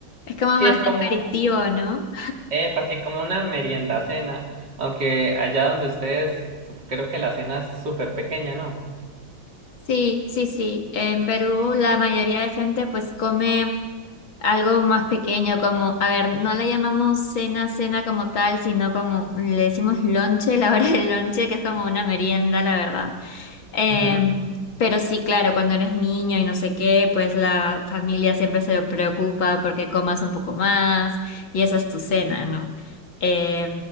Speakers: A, on the left (about 75°); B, on the right (about 60°).
A: es como
B: sí,
A: más
B: es
A: de
B: como...
A: aperitivo, ¿no?
B: Epa, sí, como una merienda cena, aunque allá donde ustedes, sup- creo que la cena es súper pequeña, ¿no?
A: Sí, sí, sí. En Perú la mayoría de gente pues come algo más pequeño, como, a ver, no le llamamos cena, cena como tal, sino como le decimos lonche, la hora del lonche, que es como una merienda, la verdad. Eh,
B: Ujú.
A: pero sí, claro, cuando eres niño y no sé qué, pues la familia siempre se preocupa porque comas un poco más y esa es tu cena, ¿no? Eh,